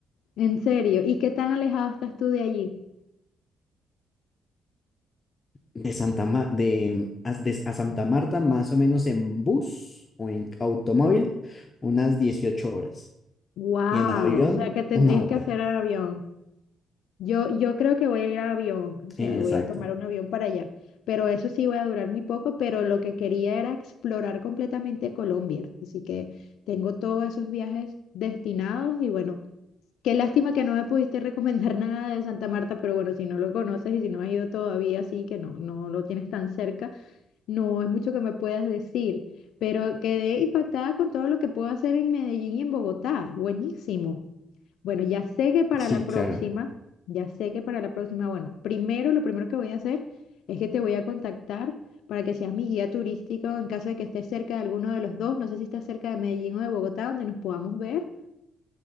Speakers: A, on the left; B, on the left.
A: En serio, ¿y qué tan alejado estás tú de allí?
B: De Santa Ma- de, a, de- a Santa Marta, más o menos en bus o en automóvil, unas 18 horas.
A: Wow,
B: Y en avión,
A: o sea que tendrías
B: una hora.
A: que hacer avión. Yo, yo creo que voy a ir a avión, o sea,
B: Exacto.
A: voy a tomar un avión para allá, pero eso sí voy a durar muy poco, pero lo que quería era explorar completamente Colombia, así que tengo todos esos viajes destinados y bueno, qué lástima que no me pudiste <laughs> recomendar nada de Santa Marta, pero bueno, si no lo conoces y si no has ido todavía, sí que no, no lo tienes tan cerca, no es mucho que me puedas decir, pero quedé impactada con todo lo que puedo hacer en Medellín y en Bogotá, buenísimo. Bueno, ya sé que para
B: Sí,
A: la próxima,
B: claro.
A: ya sé que para la próxima, bueno, primero lo primero que voy a hacer es que te voy a contactar para que seas mi guía turístico en caso de que estés cerca de alguno de los dos, no sé si estás cerca de Medellín o de Bogotá, donde nos podamos ver.